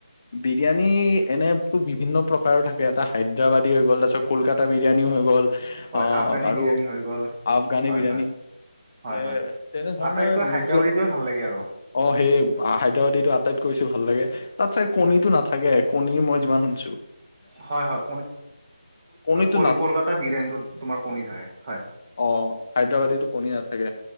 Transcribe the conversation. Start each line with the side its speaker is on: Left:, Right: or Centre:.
Left: বিৰিয়ানী এনেতো বিভিন্ন প্ৰকাৰৰ থাকে এটা হায়দৰাবাদী হৈ গ'ল তাৰপিছত কলকাতা বিৰিয়ানীও হৈ গ'ল।
Right: হয়
Left: আহ
Right: আফগানী
Left: আৰু
Right: বিৰিয়ানী হৈ গ'ল
Left: আফগানী
Right: হয়
Left: বিৰিয়ানী।
Right: হয় হয়
Left: এ
Right: হয়
Left: তেনেধৰণৰ
Right: আটাইতকৈ হায়দৰাবাৰীটোৱে
Left: মোক যে
Right: ভাল লাগে আৰু
Left: অঁ সেই হায়দৰাবাদীটো আটাইতকৈ বেছি ভাল লাগে তাতচে কণীটো
Right: হয়
Left: নাথাকে কণী মই যিমান শুনিছোঁ।
Right: হয়ঁ হয়ঁ
Left: কণীটো
Right: কনি
Left: না
Right: কলকাতা বিৰিয়ানীটো তোমাৰ কনী থাকে হয়ঁ।
Left: অঁ' হায়দৰাবাদীটোত কণী নাথাকে।